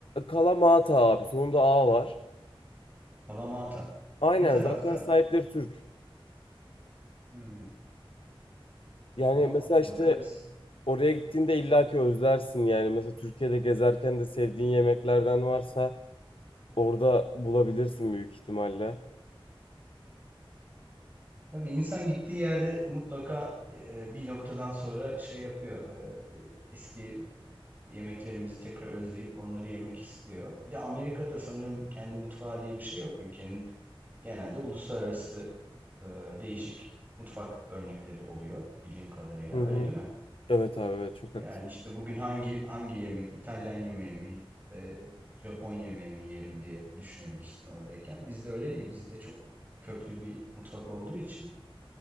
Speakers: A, on the left; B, on the right.
A: Kalamata abi. Sonunda A var.
B: Kalamata.
A: Aynen
B: Ne tarafta?
A: zaten sahipleri Türk.
B: Hmm,
A: Yani
B: tamam
A: mesela
B: bakarız.
A: işte oraya gittiğinde illaki özlersin yani. Mesela Türkiye'de gezerken de sevdiğin yemeklerden varsa orada bulabilirsin büyük ihtimalle.
B: Tabii insan gittiği yerde mutlaka e, e, bir noktadan sonra şey yapıyor. e, Eski yemeklerimizi tekrar özleyip onları yemek istiyor. Bir de Amerika'da sanırım kendi mutfağı diye bir şey yok. Ülkenin genelde uluslararası e, değişik mutfak örnekleri oluyor bildiğim kadarıyla.
A: Hı hı.
B: Öyle değil mi?
A: Evet abi evet çok haklısın.
B: Yani işte bugün hangi hangi yemek, İtalyan yemeği mi, e, Japon yemeği mi yiyelim diye düşünebilirsin oradayken. Bizde öyle değil. Bizde çok köklü bir mutfak olduğu için.